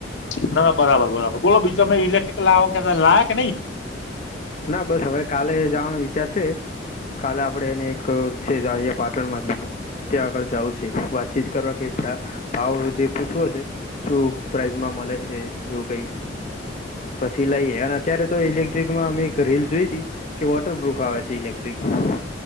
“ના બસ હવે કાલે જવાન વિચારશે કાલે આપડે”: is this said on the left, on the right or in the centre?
Left